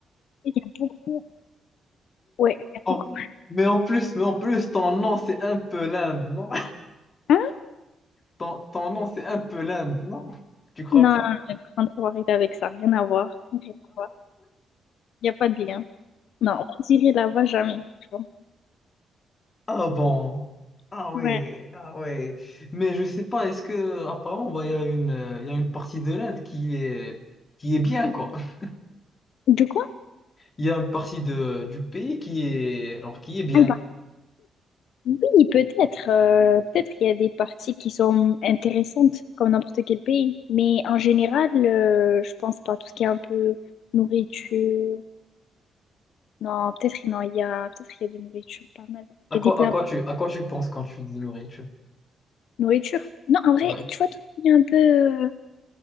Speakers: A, on the left; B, on the left.
A: il y a beaucoup... Ouais, il y a
B: en-
A: beaucoup...
B: mais en plus, mais en plus, ton nom, c'est un peu l'Inde, non?
A: Hein?
B: Ton, ton nom, c'est un peu l'Inde, non? Tu crois
A: Non,
B: pas?
A: non, non, par contre, faut arrêter avec ça. Rien à voir. Rien à voir. Il n'y a pas de lien. Non, on dirait là-bas jamais. Tu vois.
B: Ah bon. Ah ouais,
A: Ouais.
B: ah ouais. Mais je sais pas, est-ce que apparemment bah, il y a une euh, il y a une partie de l'Inde qui est qui est bien quoi. <laughs>
A: De quoi?
B: Il y a une partie de du pays qui est genre qui est bien.
A: Ah, il parle. Oui, peut-être. euh, peut-être il y a des parties qui sont intéressantes, comme n'importe quel pays. Mais en général, euh, je pense pas. Tout ce qui est un peu nourriture. Non, peut-être non, il y a, peut-être il y a des nourritures pas mal.
B: À
A: Il y
B: quoi
A: a des plats
B: à quoi tu à quoi tu penses quand tu dis nourriture?
A: nourriture. Non, en vrai,
B: Ouais.
A: tu vois, tout ce qui est un peu euh,